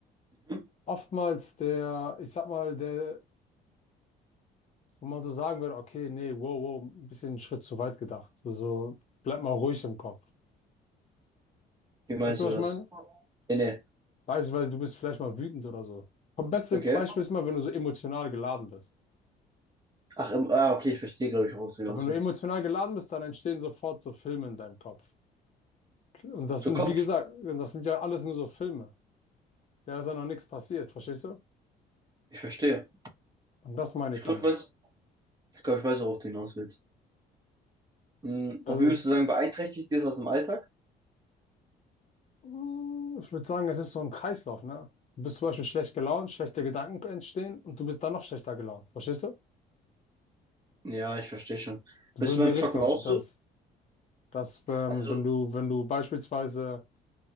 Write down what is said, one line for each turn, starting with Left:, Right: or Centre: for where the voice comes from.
Right: Mhm.
Left: oftmals der, ich sag mal, der wo man so sagen würde, okay, nee, wow, wow, ein bisschen einen Schritt zu weit gedacht. So, so bleib mal ruhig im Kopf.
Right: Wie meinst
Left: Weißt du,
Right: du
Left: was
Right: das?
Left: ich meine?
Right: Nee, nee.
Left: Beispielsweise, du bist vielleicht mal wütend oder so. Das beste
Right: Okay.
Left: Beispiel ist mal, wenn du so emotional geladen bist.
Right: Ach, ähm, ah, okay, ich verstehe, glaube ich, worauf du hinaus
Left: Weil wenn du
Right: willst.
Left: emotional geladen bist, dann entstehen sofort so Filme in deinem Kopf. Und das
Right: So
Left: sind,
Right: Kopf,
Left: wie gesagt, und das sind ja alles nur so Filme. Da ist ja noch nichts passiert, verstehst du?
Right: ich verstehe.
Left: Und das meine
Right: Ich
Left: ich
Right: glaube,
Left: damit.
Right: ich weiß, ich glaube, ich weiß, worauf du hinaus willst. Hm,
Left: Das
Right: Und wie würdest
Left: ist,
Right: du sagen, beeinträchtigt dir das im Alltag?
Left: Mm, ich würde sagen, es ist so ein Kreislauf, ne? Du bist zum Beispiel schlecht gelaunt, schlechte Gedanken entstehen und du bist dann noch schlechter gelaunt, verstehst du?
Right: Ja, ich verstehe schon.
Left: So
Right: Bist
Left: in
Right: du
Left: die
Right: beim
Left: Richtung,
Right: Zocken auch so?
Left: dass, dass wenn,
Right: Also,
Left: wenn du, wenn du beispielsweise